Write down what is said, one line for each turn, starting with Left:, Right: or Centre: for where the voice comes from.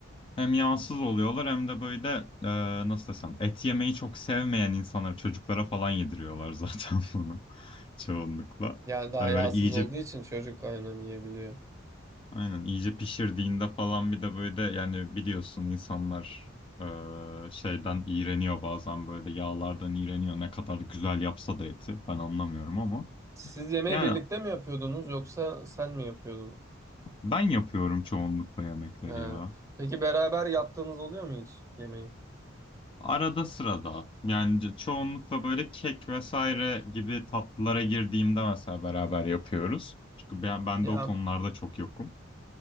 Left: Hem yağsız oluyorlar hem de böyle e, nasıl desem et yemeyi çok sevmeyen insanlara, çocuklara falan yediriyorlar zaten <laughs> bunu çoğunlukla.
Right: Yani daha
Left: Hani
Right: yağsız
Left: böyle iyice
Right: olduğu için çocuk aynen yiyebiliyor.
Left: aynen iyice pişirdiğinde falan bir de böyle yani biliyorsun insanlar e, şeyden iğreniyor bazen böyle yağlardan iğreniyor ne kadar güzel yapsa da eti. Ben anlamıyorum ama.
Right: Siz yemeği
Left: Yani
Right: birlikte mi yapıyordunuz yoksa sen mi yapıyordun?
Left: Ben yapıyorum çoğunlukla yemekleri
Right: Ha.
Left: ya.
Right: Peki beraber yaptığınız oluyor mu hiç yemeği?
Left: Arada sırada. Yani ço- çoğunlukla böyle kek vesaire gibi tatlılara girdiğimde mesela beraber yapıyoruz. Çünkü ben, ben
Right: Ya
Left: de o konularda çok yokum.